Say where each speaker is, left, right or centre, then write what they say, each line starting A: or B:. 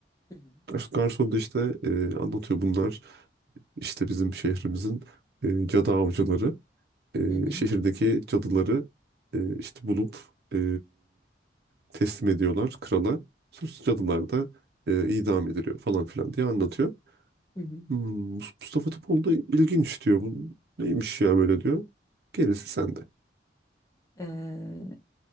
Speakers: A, on the left; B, on the right.
A: Hı hı.
B: Gar- Garson da işte e, anlatıyor bunlar işte bizim şehrimizin e, cadı avcıları. E,
A: Hı hı.
B: şehirdeki cadıları e, işte bulup e, teslim ediyorlar krala. Sus cadılar da e, idam ediliyor falan filan diye anlatıyor.
A: Hı hı.
B: Hmm, Mustafa Topal da ilginç diyor. Bu neymiş ya böyle diyor. Gerisi sende.
A: Ee,